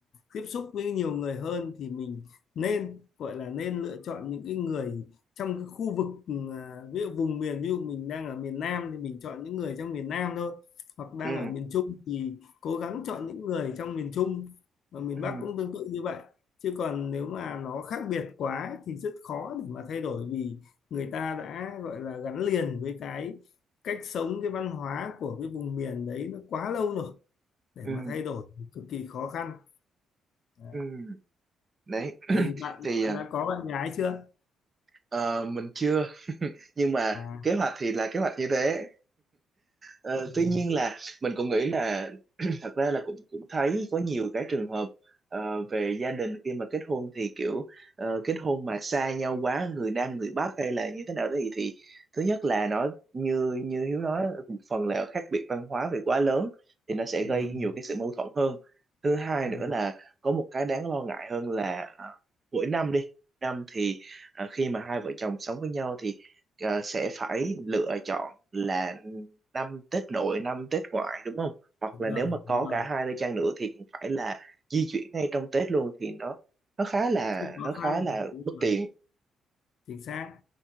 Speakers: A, on the left (about 70°); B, on the right (about 30°).
A: tiếp xúc với nhiều người hơn thì mình nên gọi là nên lựa chọn những cái người trong cái khu vực ừ, à, ví dụ vùng miền ví dụ mình đang ở miền Nam thì mình chọn những người trong miền Nam thôi hoặc đang
B: ừ
A: ở miền Trung thì cố gắng chọn những người trong miền Trung mà miền
B: ừ
A: Bắc cũng tương tự như vậy chứ còn nếu mà nó khác biệt quá thì rất khó để mà thay đổi vì người ta đã gọi là gắn liền với cái cách sống cái văn hóa của cái vùng miền đấy nó quá lâu rồi để
B: ừ
A: mà thay đổi thì cực kỳ khó khăn đấy.
B: ừ đấy
A: thì bạn,
B: <clears throat> thì
A: bạn đã có bạn gái chưa
B: ờ, mình chưa <laughs> nhưng mà
A: à,
B: kế hoạch thì là kế hoạch như thế Ờ,
A: à
B: tuy nhiên là mình cũng nghĩ là <clears throat> thật ra là cũng cũng thấy có nhiều cái trường hợp ờ, về gia đình khi mà kết hôn thì kiểu ờ, kết hôn mà xa nhau quá người Nam người Bắc hay là như thế nào đó thì, thì thứ nhất là nó như như Hiếu nói một phần là khác biệt văn hóa về quá lớn thì nó sẽ gây
A: ừ,
B: nhiều cái sự mâu thuẫn hơn thứ hai
A: ừ,
B: nữa là có một cái đáng lo ngại hơn là ờ, mỗi năm đi năm thì ờ, khi mà hai vợ chồng sống với nhau thì ờ, sẽ phải lựa chọn là năm Tết nội năm Tết ngoại đúng không hoặc
A: đúng
B: là
A: rồi
B: nếu mà có
A: đúng rồi
B: cả hai nơi chăng nữa thì cũng phải là di chuyển ngay trong Tết luôn thì nó nó khá là
A: rất khó
B: nó
A: khăn
B: khá là
A: đúng
B: bất
A: rồi.
B: tiện
A: chính xác